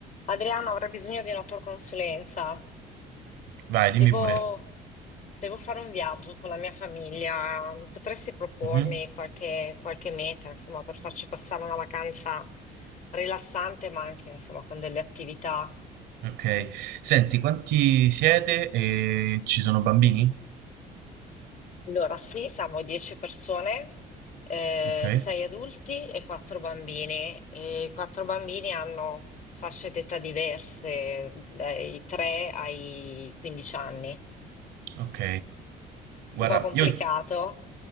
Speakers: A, on the left (about 45°); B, on the right (about 85°).
A: Adriano, avrei bisogno di una tua consulenza.
B: Vai, dimmi
A: Devo,
B: pure.
A: devo fare un viaggio con la mia famiglia. Potresti propormi
B: Mhm.
A: qualche, qualche meta, insomma, per farci passare una vacanza rilassante, ma anche, insomma, con delle attività.
B: Ok. Senti, quanti siete e ci sono bambini?
A: Allora, sì, siamo 10 persone, eh,
B: Ok.
A: 6 adulti e 4 bambini. E I 4 bambini hanno fasce d'età diverse, dai 3 ai 15 anni.
B: Ok. Guarda,
A: Un po' complicato.
B: io...